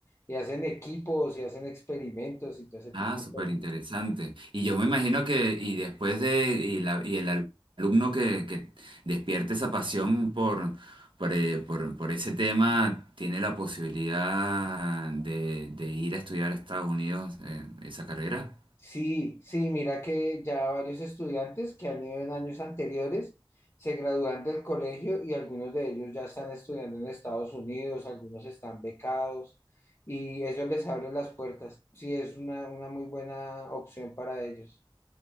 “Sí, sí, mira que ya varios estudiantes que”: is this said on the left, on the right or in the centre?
Left